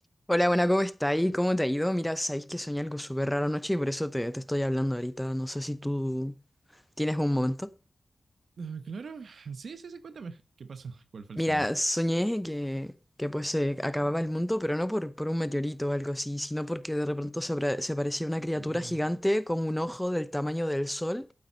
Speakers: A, in the centre; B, on the right.
A: Hola, buena, ¿cómo está ¿Y ¿Cómo te ha ido? Mira, sabéis que soñé algo súper raro anoche y por eso te, te estoy hablando ahorita. No sé si tú tienes un momento.
B: Ah, claro, sí, sí, sí, cuéntame. ¿Qué pasó? ¿Cuál fue
A: Mira,
B: el sueño?
A: soñé que, que pues se acababa el mundo, pero no por, por un meteorito o algo así, sino porque de repente se, apra- se aparecía una criatura
B: Uy.
A: gigante como un ojo del tamaño del sol